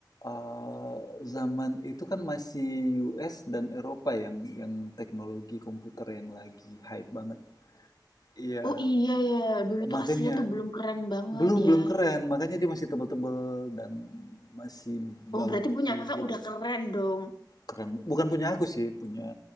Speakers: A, on the left; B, on the left.
A: Eh, zaman itu kan masih US dan Eropa yang yang teknologi komputer yang lagi hype banget Iya,
B: Oh iya ya, dulu tuh
A: makanya
B: Asia tuh belum keren banget
A: belum belum
B: ya.
A: keren, makanya dia masih tebel-tebel dan masih
B: Oh
A: bagi
B: berarti punya kakak
A: gitu.
B: udah keren dong.
A: Keren. Bukan punya aku sih, punya